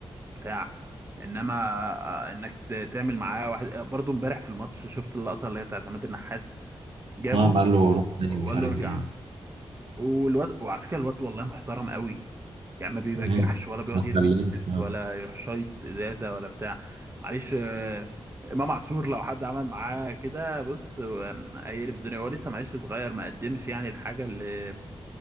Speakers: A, on the right; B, on the right.
A: بتاع انما آه، انك ت- تعمل معاه واحد برضه امبارح في الماتش شفت اللقطه اللي هي بتاعت عماد النحاس جابه
B: اه قال
A: آه،
B: له روح تاني
A: وقال
B: مش عارف
A: له ارجع
B: ايه
A: والواد وعلى فكره الواد والله محترم قوي يعني ما بيبجعش
B: مم.
A: ولا بيقعد
B: ما اتكلمش
A: يرمي التيشيرت
B: اه.
A: ولا يروح شايط ازازه ولا بتاع معلش آه، امام عاشور لو حد عمل معاه كده بص آه، هيقلب الدنيا هو لسه معلش صغير ما قدمش يعني الحاجه اللي